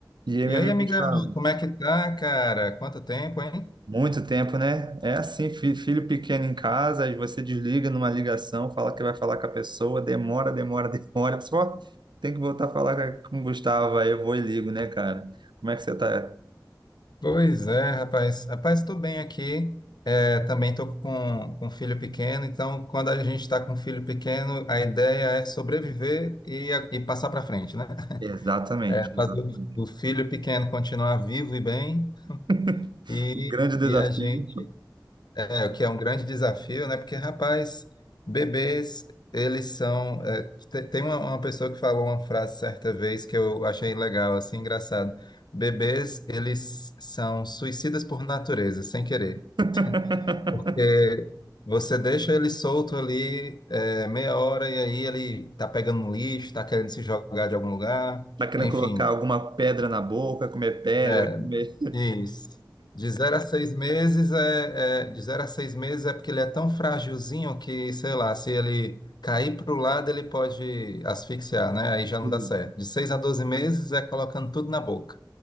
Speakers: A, on the right; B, on the left.
A: E aí,
B: E
A: meu
B: aí,
A: amigo
B: amigão,
A: Gustavo,
B: como é que tá, cara? Quanto tempo, hein?
A: muito tempo, né? É assim, fi- filho pequeno em casa, aí você desliga numa ligação, fala que vai falar com a pessoa, demora, demora, <laughs> demora. Você fala, "Ó, tem que voltar a falar com a- com o Gustavo, aí eu vou e ligo, né, cara? Como é que você tá?
B: Pois é, rapaz. Rapaz, tô bem aqui. É, também tô com, com um filho pequeno, então quando a gente tá com um filho pequeno, a ideia é sobreviver e, a- e passar pra frente, né?
A: Exatamente,
B: É fazer
A: exatamente.
B: o o filho pequeno continuar vivo e bem
A: <laughs>
B: e,
A: O grande desafio.
B: e a gente É, o que é um grande desafio, né? Porque, rapaz, bebês, eles são. é, te- tem uma, uma pessoa que falou uma frase certa vez que eu achei legal, assim, engraçado. Bebês, eles são suicidas por natureza, sem querer.
A: <laughs>
B: Porque você deixa ele solto ali, é, meia hora, e aí ele tá pegando um lixo, tá querendo se jogar de algum lugar,
A: Tá querendo
B: enfim.
A: colocar alguma pedra na boca, comer pedra,
B: é,
A: comer.
B: Isso. De zero a seis meses é, é- de zero a seis meses é porque ele é tão frágilzinho que, sei lá, se ele cair para o lado, ele pode asfixiar, né? Aí já
A: <laughs>
B: não dá certo. De seis a 12 meses é colocando tudo na boca.